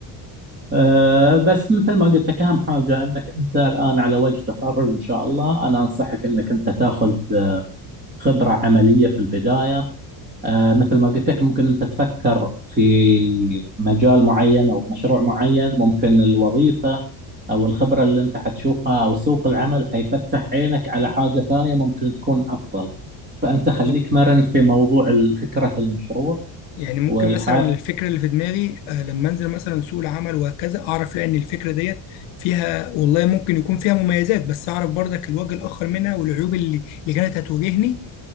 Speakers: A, on the right; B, on the left.
A: أه، بس مثل ما قلت لك أهم حاجة أنك أنت الآن على وجه تخرج إن شاء الله أنا أنصحك أنك أنت تاخذ خبرة عملية في البداية آه، مثل ما قلت لك ممكن أنت تفكر في مجال معين أو مشروع معين ممكن الوظيفة أو الخبرة اللي أنت حتشوفها أو سوق العمل حيفتح عينك على حاجة ثانية ممكن تكون أفضل فأنت
B: بالظبط
A: خليك مرن في موضوع ال- فكرة المشروع
B: يعني ممكن
A: والح
B: مثلا الفكره اللي في دماغي آه، لما انزل مثلا سوق العمل وهكذا اعرف لا ان الفكره ديت فيها والله ممكن يكون فيها مميزات بس اعرف برضك الوجه الاخر منها والعيوب اللي اللي كانت هتواجهني